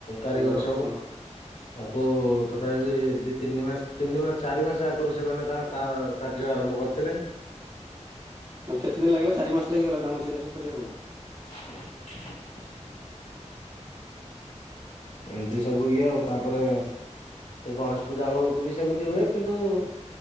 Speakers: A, on the left; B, on the right.
A: କାରିଗର
B: ଓ
A: ସବୁ।
B: ହଁ
A: ତାଙ୍କୁ ତଥାପି ଦି ତିନି ମାସ ତିନି ମାସ ଚାରି ମାସ ଆଗରୁ ସେମାନେ ତାଙ୍କ କା କାର୍ଯ୍ୟ ଆରମ୍ଭ କରିଥିଲେ।
B: ମାନେ କେତେ ଦିନ ଲାଗିଲା ଚାରିମାସ ଲାଗିଗଲା ତାଙ୍କୁ ସେଇରା ସବୁ କରିବା ପାଇଁ।
A: <inaudible> ଏମତି ସବୁ ଇଏ ଆଉ ତାପରେ ସେ ଗଣେଶ ପୂଜା ବେଳକୁ ବି ସେମିତି ହୁଏ। କିନ୍ତୁ